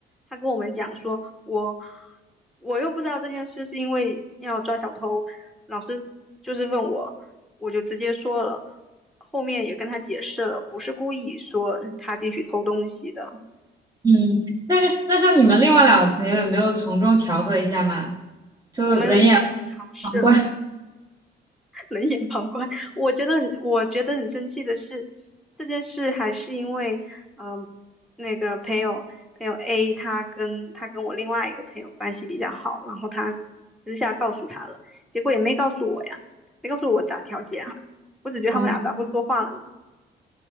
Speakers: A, in the centre; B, on the right.
A: 他跟我们讲说，我我又不知道这件事是因为要抓小偷，老师就是问我，我就直接说了，后面也跟他解释了，不是故意说他进去偷东西的，
B: 嗯，但是那像你们另外两个朋友有没有从中调和一下嘛？就冷眼
A: 我们我们尝试了。
B: 旁观。
A: <laughs> 冷眼旁观。我觉得很，我觉得很生气的是，这件事还是因为，嗯、那个朋友朋友 A 他跟他跟我另外一个朋友关系比较好，然后他私下告诉他了，结果也没告诉我呀，没告诉我咋调解啊，我只觉得他们俩咋不说话了呢？
B: <laughs> 哦，